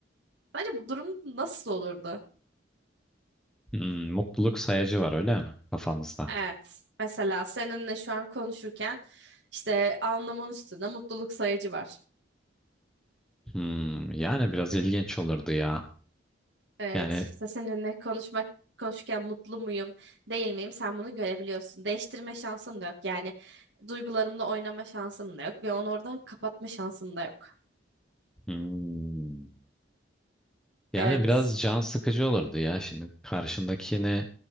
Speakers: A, on the right; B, in the centre.
A: Bence bu durum nasıl olurdu?
B: Hmm, mutluluk sayacı var öyle mi kafamızda?
A: Evet. Mesela seninle şu an konuşurken işte alnımın üstünde mutluluk sayacı var.
B: Hmm, yani biraz ilginç olurdu ya.
A: Evet,
B: Yani
A: işte seninle konuşmak konuşurken mutlu muyum, değil miyim? Sen bunu görebiliyorsun. Değiştirme şansım da yok. Yani duygularımla oynama şansım da yok ve onu oradan kapatma şansım da yok.
B: hmm, yani
A: Evet.
B: biraz can sıkıcı olurdu ya. Şimdi karşındakini